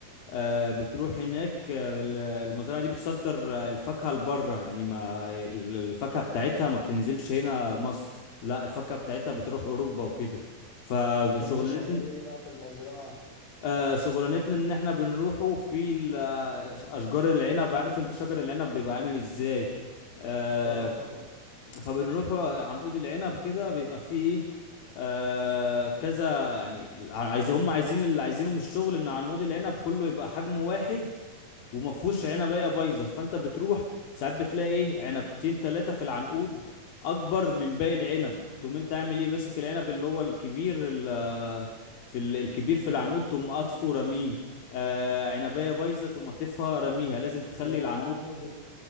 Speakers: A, on the left (about 85°); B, on the left (about 65°).
A: آه، بتروح هناك آه، ال- المزرعة دي بتصدر آه، الفاكهة لبره يعني ما ال- الفاكهة بتاعتها ما بتنزلش هنا مصر لا الفاكهة بتاعتها بتروح أوروبا وكده فشغلانتنا
B: وانت شغال ايه بقى في المزرعة
A: آه، شغلانتنا ان احنا بنروحوا في ال- آه، اشجار العنب عارف انت شجر العنب بيبقى عامل ازاي آه،
B: اه طبعا
A: فبنروح عنقود العنب كده بيبقى فيه ايه آه كذا يعني ع- عايزين هم عايزين اللي عايزينه من الشغل ان عنقود العنب كله يبقى حجم واحد وما فيهوش عنبية بايظة فانت بتروح ساعات بتلاقي ايه عنبتين تلاتة في العنقود اكبر من باقي العنب تقوم انت عامل ايه ماسك العنب اللي هو الكبير ال- في ال- الكبير في العنقود تقوم قاطفه رميه آه عنبية بايظة تقوم قاطفها رميها لازم تخلي
B: اللي هو
A: العنقود
B: يعني بت...